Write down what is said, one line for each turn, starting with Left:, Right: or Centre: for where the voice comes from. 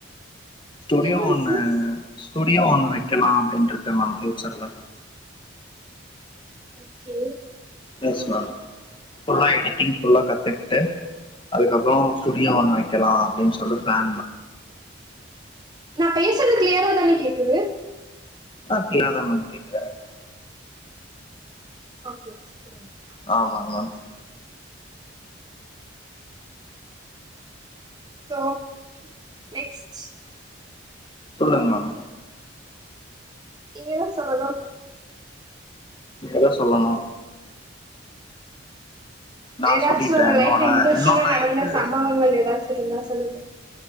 Left: ஸ்டுடியோ
Right: என்ன
Left: ஒண்ணு
Right: பிசினஸ்
Left: ஸ்டுடியோ ஒண்ணு வைக்கலா அப்படின்னுருக்க மேம் பியூச்சர்ல
Right: ஓகே
Left: எஸ் மேம் ஃபுல்லா எடிட்டிங் புல்லா கத்துக்குட்டு அதுக்கப்ரோ ஸுடியோ ஒன்னு வைக்கலா அப்படின்னு சொல் <unintelligible>
Right: நான் பேசறது கிளியரா தானே கேக்குது
Left: ஆஹ க்ளாதா மேம் கேக்குது எனக்குன
Right: <unintelligible>
Left: ஆமாங் மேம்
Right: சோ நெக்ஸ்ட்
Left: சொல்லுங்க மேம்
Right: நீங்க தா சொல்லனு
Left: நீங்கதா சொல்லணு நா
Right: ஏதாச்சு
Left: சொல்லிட்டே
Right: உங்க
Left: என்னோட
Right: லைஃப்ல இன்ட்ரெஸ்டிங்கா
Left: என்னோட
Right: நடந்த
Left: இது
Right: சம்பவங்கள் ஏதாச்சு இருந்தா சொல்லுங்க